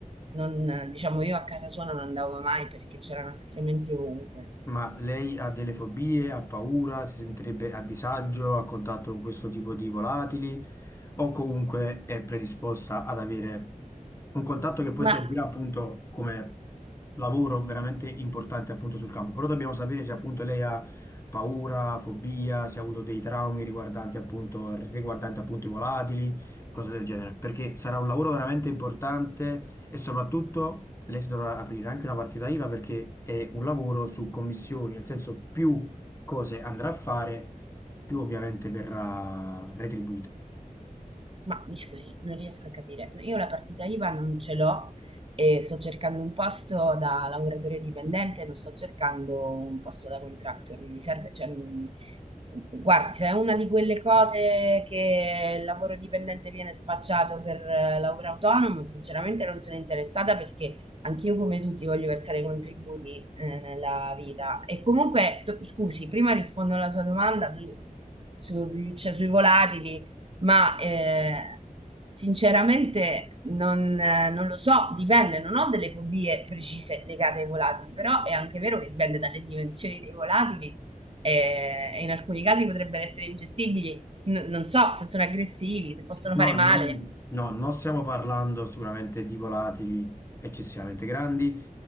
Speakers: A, on the right; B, on the left.
A: non, diciamo, io a casa sua non andavo mai perché c'erano escrementi ovunque.
B: Ma lei ha delle fobie, ha paura, si sentirebbe a disagio a contatto con questo tipo di volatili o comunque è predisposta ad avere un contatto che poi
A: Ma
B: servirà appunto come lavoro veramente importante appunto sul campo. Però dobbiamo sapere se appunto lei ha paura, fobia, se ha avuto dei traumi riguardanti appunto, riguardanti appunto i volatili cose del genere, perché sarà un lavoro veramente importante e soprattutto lei si dovrà aprire anche una partita IVA perché è un lavoro su commissioni, nel senso più cose andrà a fare, più ovviamente verrà retribuito.
A: Ma mi scusi, non riesco a capire. Io la partita IVA non ce l'ho e sto cercando un posto da lavoratore dipendente, non sto cercando un posto da contractor, non mi serve, cioè, non- guardi, se è una di quelle cose che il lavoro dipendente viene spacciato per eh, lavoro autonomo, sinceramente non sono interessata perché anch'io come tutti voglio versare i contributi eh, nella vita. E comunque, to- scusi, prima rispondo alla sua domanda su- sugli uccelli- sui volatili ma eh, sinceramente non, eh, non lo so, dipende, non ho delle fobie precise legate ai volatili, però è anche vero che dipende dalle dimensioni dei volatili eh, e in alcuni casi potrebbero essere ingestibili, N- non so se sono aggressivi, se possono
B: No,
A: fare male,
B: non, no, non stiamo parlando sicuramente di volatili eccessivamente grandi